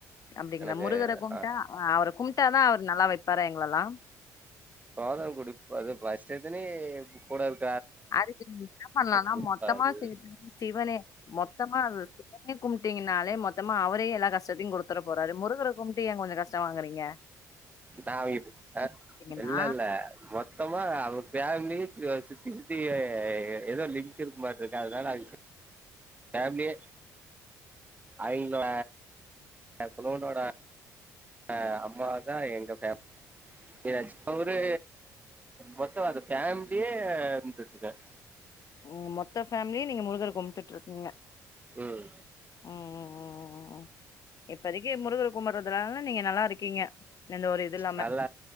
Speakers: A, on the left (about 40°); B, on the right (about 15°).
A: அப்படிங்களா
B: எனக்கு
A: முருகர கும்ட்டா
B: ஆ
A: அவர கும்ட்டா தா அவர் நல்லா வெப் பரங் எங்ளாலா
B: சோதம் குடி அது பஸ்ட தினி கூட இருக்கு
A: அதுக்கு நீ என்ன பண்ணலனா
B: குடுப்பாரு
A: மொத்தமா சே சிவனே மொத்தமா சிவனே கும் டீங்கனாலே மொத்தமா அவரே எல்லா கஸ்ட் சத்தியாங் கொடுத்தட போறாரு முருகர கும் டி ஏ கொஞ்சோ கஷ்டமா இக்குறீங்க
B: நா அவிங் ஆஹ்
A: கும்ட்டீங்கன்னா
B: இல்ல இல்ல மொத்தமா அவங் ஃபேமிலி சுத்தி அப்டியே ஏதோ லிங் இருக்குமாட்ருக்க அதனால அது ஃபேமிலியே ஐங்கள என் குலனோட அஹ் அம்மா தான் எங்க ஃபேமி அவரு மொத்தம் அது ஃபேமிலியே இருந்துட்டுக்கேன்
A: உ மொத்த ஃபேமிலியே நீங்க முருகர் கும்ட்டுட்டு இருக்கீங்க
B: உம்
A: உம் உம உம் உம் இப்பதைக்கு முருகர் கும்பிடறதுல நீங்க நல்லா இருக்கீங்க எந்த ஒரு இது இல்லாம
B: நல்ல